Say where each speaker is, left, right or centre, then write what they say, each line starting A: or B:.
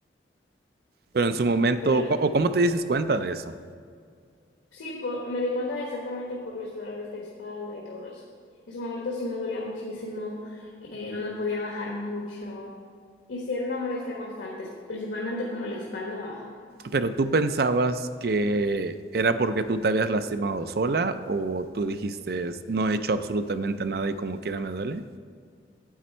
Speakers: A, on the right; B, on the left.
A: Pero en su momento,
B: Pero
A: co- ¿o cómo te dices cuenta de eso?
B: Sí, po- me di cuenta exactamente por los dolores de espalda y todo eso. En su momento sí me dolía muchísimo, eh, no me podía bajar mucho. Y sí era una molestia constante, principalmente como la espalda baja.
A: ¿Pero tú pensabas que era porque tú te habías lastimado sola o tú dijiste, no he hecho absolutamente nada y como quiera me duele?